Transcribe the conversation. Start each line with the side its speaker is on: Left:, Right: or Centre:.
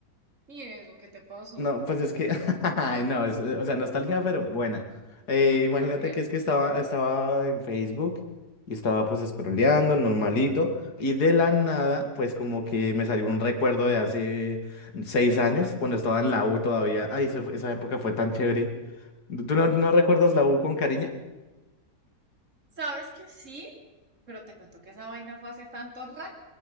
Right: ¿Y eso qué te pasó?
Left: No, pues es que, <laughs> ay, no, es, eh, o sea, nostalgia, pero buena. Eh, imagínate
Right: A ver,
Left: que es que estaba, estaba en Facebook y estaba pues scrolleando, normalito, y de la nada, pues como que me salió un recuerdo de hace seis años, cuando estaba en la U todavía. Ay, eso fue- esa época fue tan chévere. ¿Tú no, no recuerdas la U con cariño?
Right: sabes que sí, pero te cuento que esa vaina fue hace tanto rato